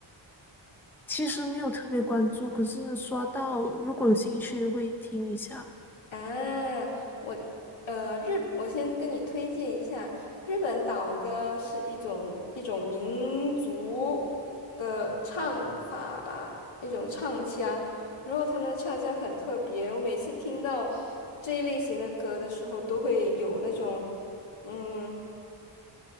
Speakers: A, in the centre; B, on the left.
A: 其实没有特别关注，可是刷到，如果有兴趣会听一下。
B: 啊，我呃日，我先跟你推荐一下，日本岛歌是一种一种民族的唱法吧，一种唱腔，然后他们的唱腔很特别，我每次听到这一类型的歌的时候，都会有那种嗯，